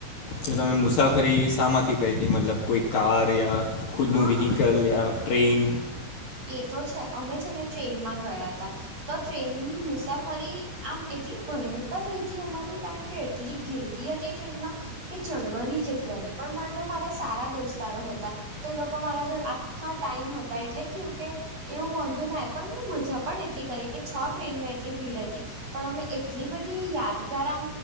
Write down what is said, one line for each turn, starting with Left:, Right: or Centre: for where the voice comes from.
Left: જો તમે મુસાફરી શામાંથી કરી હતી મતલબ કોઈ કાર યા ખુદનું
Right: હા
Left: વ્હીકલ યા ટ્રેન
Right: એ તો છે અમે છે ને ટ્રેનમાં ગયા હતા તો ટ્રેનની મુસાફરી આમ એટલી ભયંકર રહીતી અમારી કારણ કે એટલી ગિરદી હતી ટ્રેનમાં કે ચડવાની જગ્યા નહી પણ મા મારા સારા દોસ્તારો હતા તો એ લોકો મારા જોડે આખા ટાઈમ હતા એટલે કુ કે એવું વાંધો ના પણ અમે મજા પણ એટલી કરી કે છ ટ્રેનમાં એટલી ભીડ હતી. પણ અમે એટલી બધી યાદગાર આમ